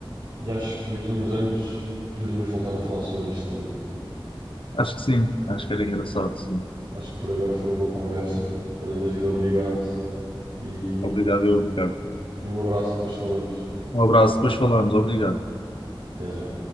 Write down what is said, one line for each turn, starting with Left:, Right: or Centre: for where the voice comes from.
Right: e acho que daqui a uns anos poderíamos voltar a falar sobre este tema.
Left: Acho que sim, acho que era engraçado, sim.
Right: Acho que por agora foi uma boa conversa. Olha, David, obrigado E,
Left: Obrigado, eu, Ricardo.
Right: e um abraço, depois falamos.
Left: Um abraço, depois falamos, obrigado.
Right: Até já.